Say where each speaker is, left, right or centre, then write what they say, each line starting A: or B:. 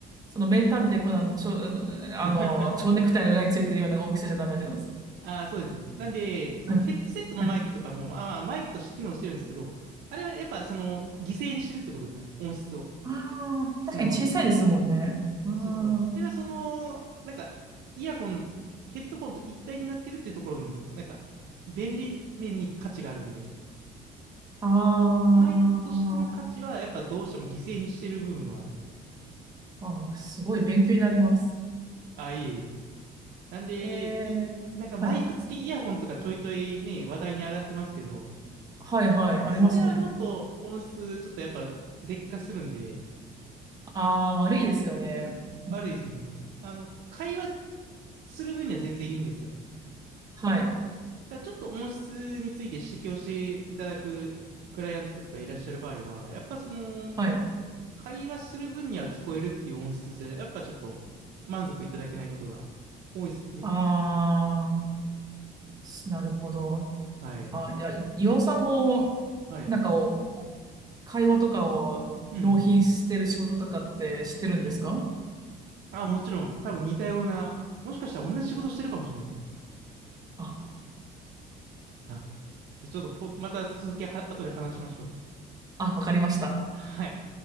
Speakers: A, on the right; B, on the right.
A: その名探偵コナンのちょ、あの、
B: <laughs>
A: あの蝶ネクタイの裏についてるような大きさじゃダメってことです。
B: ああ、そうですね。なんで、そのヘッドセットのマイクとかも、
A: はい。はい。
B: まあまあ、マイクとして機能してるんですけど、あれはやっぱその、犠牲にしてるってことですね。音質を。
A: ああ、
B: その分。
A: 確かに小さいですもんね。あ
B: そうそうそう。あれはその、なんか、イヤホン、ヘッドフォンと一体になってるっていうところに、なんか、便利面に価値があるんで、
A: あ、あー
B: マイクとしての価値は、やっぱどうしても犠牲にしてる部分はあります。
A: あー、すごい勉強になります。
B: あ、いえいえ。なんで、
A: ええはい。
B: い、なんかマイク付きイヤホンとかちょいちょいね、話題に上がってますけど、
A: はいはい。
B: それはもっと音質、
A: ありますね。
B: ちょっとやっぱ劣化するんで、
A: ああ、悪いですよね。
B: 悪いですね。
A: うん
B: あの、会話する分には全然いいんですよ。
A: はい。
B: ただちょっと音質について指摘をしていただくクライアントとかがいらっしゃる場合は、やっぱその、
A: はい。
B: 会話する分には聞こえるっていう音質じゃ、やっぱちょっと満足いただけないことが多いですよね。
A: ああ、すなるほど。
B: はい。
A: あ、いや、い岩尾さんも、
B: はい。
A: なんかお、お会話とかを納品してる仕事とかって知ってるんですか
B: うん。うん。あ、もちろん、多分似たような、
A: あ、
B: もしかしたら同じ仕事してるかもしれないですね。
A: あ、
B: あ、じゃあちょっとこ、また続きは、後で話しましょう。
A: あわかりました。
B: はい。